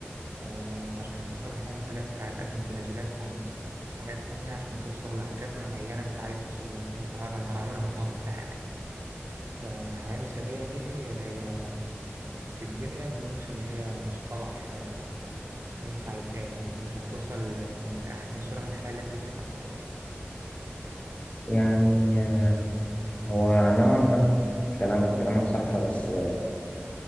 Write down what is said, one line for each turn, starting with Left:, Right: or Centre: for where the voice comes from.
Right: آه، عشان توصل للحياة المثالية أنت هتقدم تنازلات عن حاجات تانية عشان توصل لحاجات معينة أنت عايز توصل لها يعني أنت عمرك ما هتاخد- عمرك ما هتاخد كل حاجة فالحياة المثالية دي هي في الدنيا مظنش إن هي مصطلح آه، ينفع يتقال يعني أنت هتوصل ل- لأحسن صورة من الحياة اللي أنت عايزها خلاص
Left: يعني آه، هو نوعا ما كلام كلامك صح بس